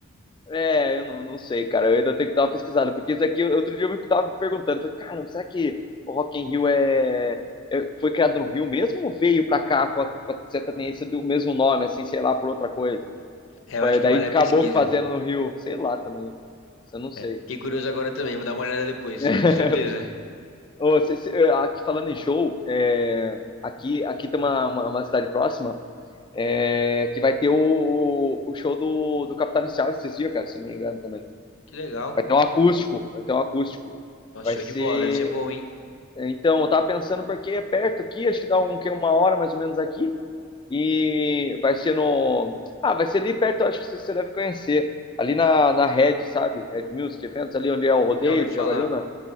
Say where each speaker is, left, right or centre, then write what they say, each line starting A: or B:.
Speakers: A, on the left; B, on the left.
A: É, eu não, não sei, cara. Eu ainda tenho que dar uma pesquisada, porque isso aqui, outro dia eu me tava perguntando, falei, caramba, será que o Rock in Rio é, é- foi criado no Rio mesmo ou veio pra cá com a, com a sertaneja do mesmo nome, assim, sei lá, por outra coisa?
B: É, Eu
A: Foi-
B: acho que
A: Daí
B: vale
A: acabou
B: a pesquisa.
A: que fazendo no Rio, sei lá também. Isso eu não sei.
B: né? Fiquei curioso agora também, vou dar uma olhada depois,
A: <laughs>
B: com certeza.
A: Ô, cê- cê- eh, aqui falando em show, é, aqui, aqui tem uma, uma, uma cidade próxima é, que vai ter o, o, o show do, do Capital Inicial esses dias, cara, se não me engano também.
B: Que legal,
A: Vai ter um acústico,
B: que legal.
A: vai ter um acústico.
B: Nossa,
A: Vai
B: show
A: ser.
B: de bola, deve ser bom, hein?
A: Então, eu tava pensando porque é perto aqui, acho que dá um, que uma hora mais ou menos aqui. E vai ser no. Ah, vai ser ali perto, acho que você você deve conhecer. Ali na, na Red, sabe? Red Music Events, ali onde é o rodeio
B: Já ouvi falar,
A: de Jaguariúna.